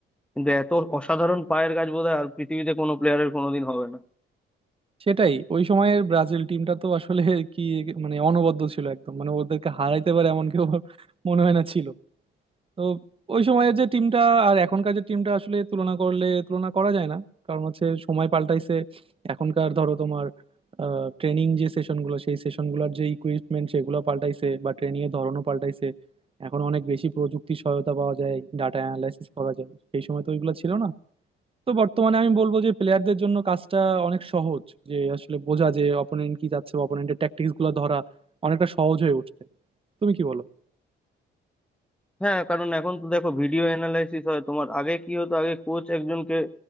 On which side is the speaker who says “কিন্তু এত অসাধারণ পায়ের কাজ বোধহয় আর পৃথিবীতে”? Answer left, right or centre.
Centre